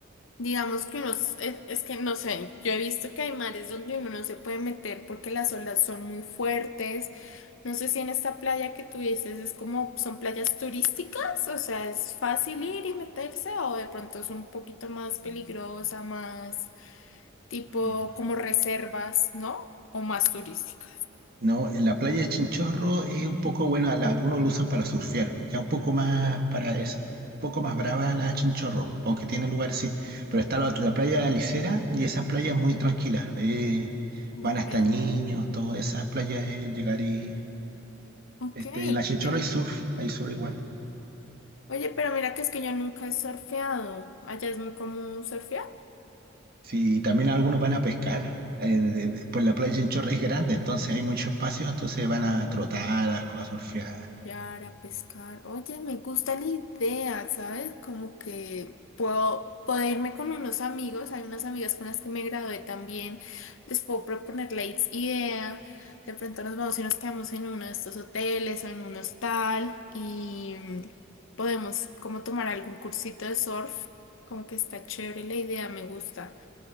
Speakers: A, on the left (about 75°); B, on the right (about 50°).
A: digamos que uno, es, es que no sé, yo he visto que hay mares donde uno no se puede meter porque las olas son muy fuertes. No sé si en esta playa que tú dices es como, son playas turísticas, o sea, es fácil ir y meterse o de pronto es un poquito más peligrosa, más tipo
B: Mm.
A: como reservas, ¿no? O más turística.
B: No, en la playa de Chinchorro es un poco buena, la- algunos lo usan para surfear, ya un poco más para eso, un poco más brava la de Chinchorro, aunque tiene lugar, sí, pero está la, la playa de la Licera y esas playas muy tranquilas, eh,
A: Ok,
B: van hasta niños, todas esas playas, eh, llegar y,
A: ok,
B: este, en la Chinchorro
A: chévere.
B: hay surf, hay surf igual,
A: Oye, pero mira que es que yo nunca he surfeado. Allá es muy común surfear.
B: sí, y también algunos van a pescar, eh, de- de- pues la playa de Chinchorro es grande, entonces hay mucho espacio, entonces van a trotar, a, a surfear,
A: Para pescar. Oye, me gusta la idea, ¿sabes? Como que puedo, puedo irme con unos amigos. Hay unas amigas con las que me gradué también. Les puedo proponer la is- idea. De pronto nos vamos y nos quedamos en uno de estos hoteles o en un hostal y mm, podemos como tomar algún cursito de surf. Como que está chévere la idea, me gusta.